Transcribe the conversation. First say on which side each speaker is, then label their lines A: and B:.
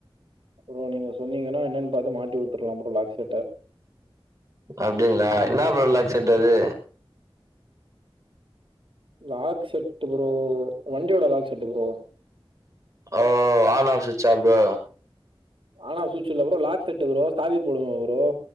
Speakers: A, on the right; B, on the right.
A: அப்புற நீங்க சொன்னீங்கன்னா என்னன்னு பாத்து மாட்டி விட்டுறலா ப்ரோ லாக் செட்ட
B: அப்டிங்களா என்னா ப்ரோ லாக் செட் அது
A: லாக் செட் ப்ரோ வண்டியோட லாக் செட்டு ப்ரோ
B: ஓ ஆன் ஆஃப் சுச்சா ப்ரோ
A: ஆன் ஆஃப் சுச்சு இல்ல ப்ரோ லாக் செட் ப்ரோ சாவி போடுவ ப்ரோ